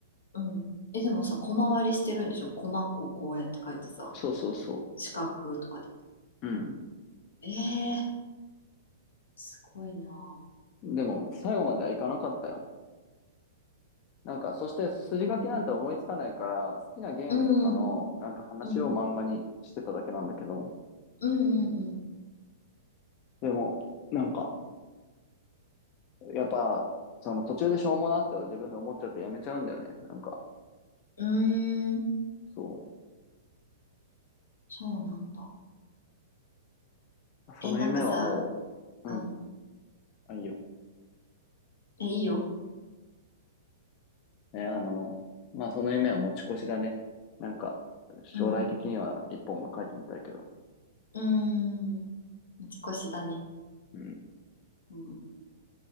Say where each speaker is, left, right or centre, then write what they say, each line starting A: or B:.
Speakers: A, on the left; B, on the left.
A: うん。え、でもさ、コマ割りしてるんでしょコマをこうやって書いてさ、
B: そうそうそ
A: 四角とかで。
B: う。う
A: えー、すごいなぁ。
B: ん。でも、最後まではいかなかったよ。なんか、そして筋書きなんて思いつかないから、
A: うん
B: 好きなゲームとかの、
A: うん、うん、
B: なんか話を漫画にしてただけなんだけど、
A: うん、うん、
B: でも、なんか、やっぱ、その途中でしょうもなって自分で思っちゃってやめちゃうんだよね。なんか、
A: うん。うーん、
B: そ
A: そうなんだ。
B: う。その夢はもう、
A: え、なんかさ、うん。
B: うん、あ、いいよ。
A: え、いいよ。
B: ね、あの、まあその夢は持ち越しだね。なんか、将来的には一本は書いてみたいけど。
A: うん。うーん。持ち越しだね。
B: うん、
A: うん。